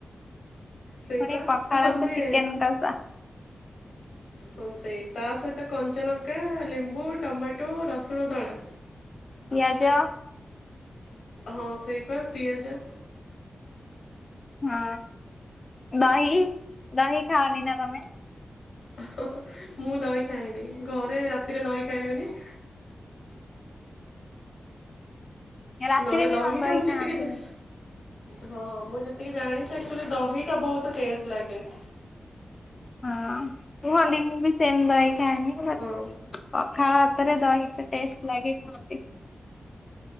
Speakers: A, on the left (about 80°); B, on the left (about 40°).
A: ସେଇବା
B: ପୁଣି ପଖାଳକୁୁ
A: ଆମେ
B: ଚିକେନ୍‌ କଷା
A: ହଁ ସେଇ ତା ସହିତ କଞ୍ଚା ଲଙ୍କା, ଲେମ୍ବୁ, ଟମାଟୋ, ରସୁଣ ଦଳା
B: ପିଆଜ
A: ହଁ ସେଇ ପା ପିଆଜ
B: ହଁ, ଦହି- ଦହି ଖାଅ ନିି ନା ତମେ
A: ହଁ -ହଁ -ମୁଁ ଦହି ଖାଏନି ଘରେ ରାତିରେ ଦହି ଖାଇବେନି
B: ରାତିରେ
A: ନହେଲେ
B: ବି
A: ଦହିଟା
B: ହଁ ଦହି
A: ମୁଁ
B: ଖାଆନ୍ତିନି
A: ଯେତିକି ଯା ହଁ ମୁଁ ଯେତିକି ଜାଣିଛି ଆର୍କଚୁୟାଲି ଦହିଟା ବହୁତ ଟେଷ୍ଟ ଲାଗେ
B: ହଁ ମୁ <unintelligible> ମୁଁ ବି ସେମ ଦହି ଖାଏନି କାହା
A: ହଁ।
B: ହାତରେ ଦହି ଏତେ ଟେଷ୍ଟ ଲାଗେ ଖାନ୍ତି।